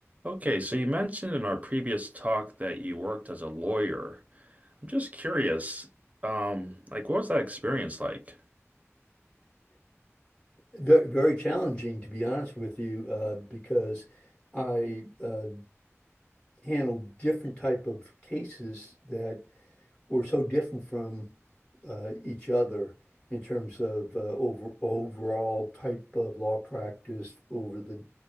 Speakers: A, on the right; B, on the left.
A: Okay, so you mentioned in our previous talk that you worked as a lawyer. I'm just curious, um, like what was that experience like?
B: Ve- Very challenging, to be honest with you, uh, because I uh, handled different type of cases that were so different from uh, each other in terms of uh, over, overall type of law practice over the